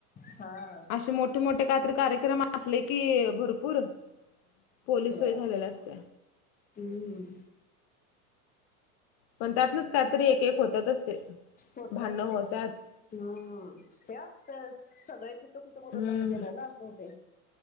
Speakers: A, on the left; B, on the left.
A: हा
B: असे मोठे मोठे काहीतरी कार्यक्रम असले कि भरपूर पोलीसय
A: होय
B: झालेल्या असत
A: हम्म
B: पण त्यातनच काहीतरी एक एक होत होतातचते
A: होतच
B: भ भांडण होत
A: ते हम्म ते असत सगळे कुठं कुठं म्हणून
B: हम्म
A: नगते ना ना असं हो ते